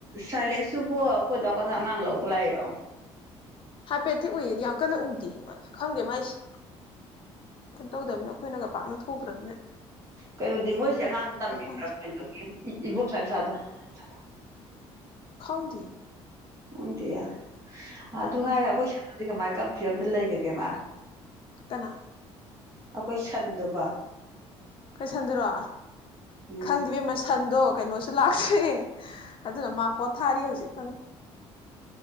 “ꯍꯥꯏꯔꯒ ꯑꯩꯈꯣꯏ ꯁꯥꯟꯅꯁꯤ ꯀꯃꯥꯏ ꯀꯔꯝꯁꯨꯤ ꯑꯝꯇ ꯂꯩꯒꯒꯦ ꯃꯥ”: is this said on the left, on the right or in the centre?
Right